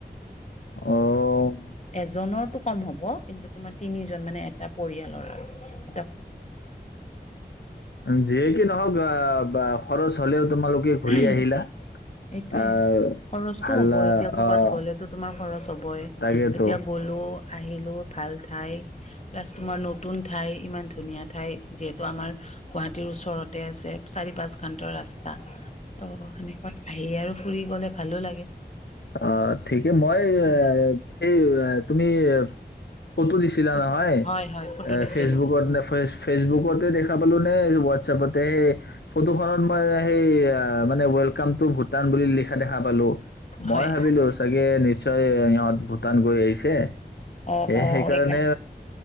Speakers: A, on the left (about 85°); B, on the left (about 40°).
A: অ
B: এজনৰটো কম হ'ব কিন্তু তোমাৰ তিনি জন মানে এটা পৰিয়ালৰ উ <unintelligible>
A: উম যিয়ে কি নহওক আহ বাহ খৰচ হ'লেও তোমালোকে ঘূৰি
B: সেইটোয়ে
A: আহিলা আহ
B: খৰচটো
A: ভাল
B: হ'ব এতিয়া কৰ'বাত
A: আহ
B: গ'লেতো তোমাৰ খৰচ হ'বই
A: তাকেতো
B: এতিয়া গ'লোও আহিলো ভাল ঠাই প্লাছ তোমাৰ নতুন ঠাই ইমান ধুনীয়া ঠাই যিহেতু আমাৰ গুৱাহাটীৰ ওচৰতে আছে চাৰি পাঁচ ঘণ্টা ৰাস্তা ত সেনেকুৱাত আহি আৰু ফুৰি গ'লে ভালো লাগে
A: আ ঠিকে
B: উম,
A: মই
B: উম,
A: এ সেই তুমি ফটো দিছিলা
B: ফটো
A: হয় নাই
B: হয় ফটো
A: অ
B: দিছিলো
A: ফেচবুকত নে ফেচ ফেচবুকতে দেখা ওৱাতছাপতে ফটোখনৰ পৰা সেই মানে সেই অৱেলকাম টু ভূটান বুলি লিখা দেখা পালো মই
B: হয়
A: ভাবিলো চাগে নিশ্চয় ইহঁত ভূটান গৈ ছে
B: সেইকাৰণে
A: এ
B: অ
A: সেইকাৰণে
B: সেইকা